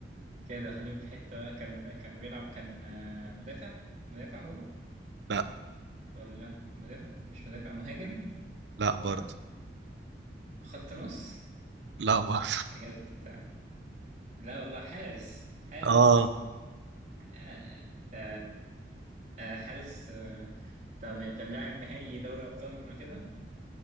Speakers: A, on the right; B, on the right.
A: كده داخلين في حتة كان كان بيلعب كان آه، مدافع مدافع هو
B: لا
A: ولا مدافع مش مدافع مهاجم
B: لا
A: هو
B: برضه
A: خط نص
B: لا برضه
A: يا جدع لا والله حارس حارس
B: اه
A: آه، ده آه، حارس آه، طب طب لاعب نهائي دوري ابطال قبل كده